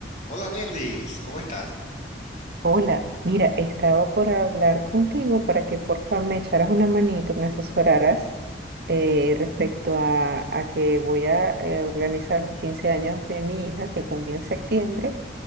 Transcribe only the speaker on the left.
Hola Nelvis, ¿cómo estás?